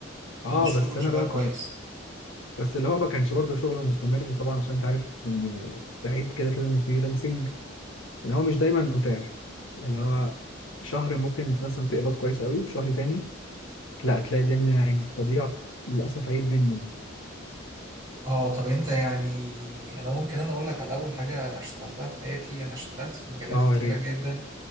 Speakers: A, on the left; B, on the right.
A: آه،
B: كده الشغل
A: بس انا
B: شغال
A: بقى كنت
B: كويس
A: بس اللي هو ما كانش برضه شغل مستمر طبعا عشان انت عارف ان تعيد كده كده من فريلانسنج ان هو مش دايما متاح يعني هو شهر ممكن مثلا تقبض كويس قوي وشهر تاني لا تلاقي الدنيا ناعم فدي عط- للاسف عيب مني يعني.
B: اه طب انت يعني انا ممكن انا اقول لك على اول حاجه انا اشتغلتها في حياتي انا اشتغلت في مجالات
A: اه
B: كتيره
A: يا ريت
B: جدا